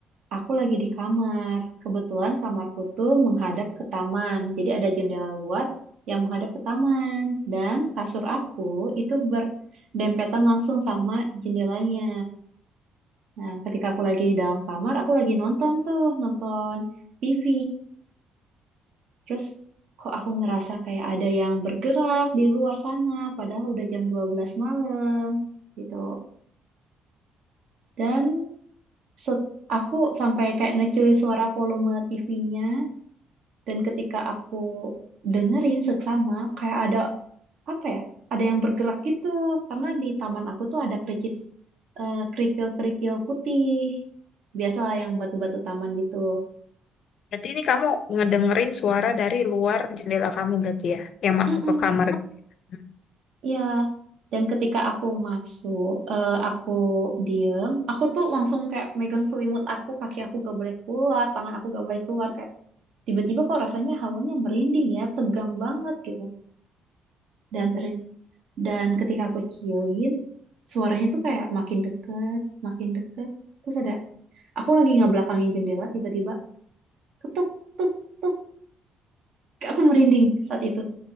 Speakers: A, on the right; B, on the left.
A: Aku lagi di kamar. Kebetulan kamarku tuh menghadap ke taman. Jadi ada jendela luar yang menghadap ke taman. Dan kasur aku itu berdempetan langsung sama jendelanya. Nah, ketika aku lagi di dalam kamar, aku lagi nonton tuh, nonton TV. Terus kok aku ngerasa kayak ada yang bergerak di luar sana, padahal udah jam 12 malam gitu. Dan set- aku sampai kayak ngecilin suara volume TV-nya Dan ketika aku dengerin seksama, kayak ada apa ya? Ada yang bergerak gitu karena di taman aku tuh ada kerikil eh, kerikil-kerikil putih. Biasalah yang batu-batu taman gitu.
B: Berarti ini kamu ngedengerin suara dari luar jendela kamu berarti ya, yang masuk
A: Mm-mm,
B: ke kamar. Hmm.
A: ya. Dan ketika aku masuk, eh, aku diem, aku tuh langsung kayak megang selimut aku, kaki aku gak boleh keluar, tangan aku gak boleh keluar kayak tiba-tiba kok rasanya hawanya merinding ya, tegang banget gitu. Dan ter Dan ketika aku kecilin, suaranya tuh kayak makin deket, makin deket. Terus ada, aku lagi ngebelakangin jendela, tiba-tiba ketuk, tuk, tuk. Aku merinding saat itu.